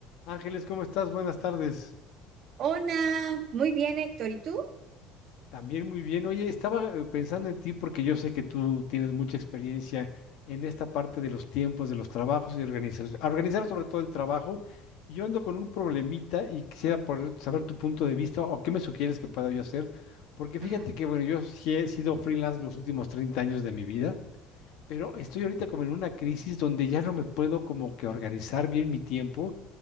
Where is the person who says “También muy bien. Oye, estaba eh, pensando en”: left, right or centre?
Left